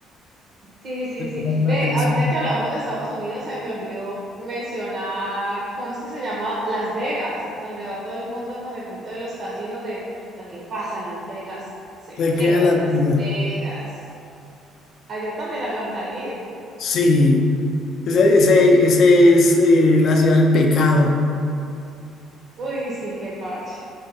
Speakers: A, on the right; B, on the left.
A: Sí, sí,
B: Llama
A: sí. Ve,
B: la atención.
A: ahorita que hablamos de Estados Unidos, se me olvidó mencionar, ¿cómo es que se llama? Las Vegas, donde va todo el mundo con el cuento de los casinos, de lo que pasa en Las Vegas, se
B: Se
A: queda
B: queda la
A: en
B: duda.
A: Las Vegas. Allá también aguanta ir.
B: Sí, ese, ese, ese es eh, la ciudad del pecado.
A: Uy, sí, qué parche.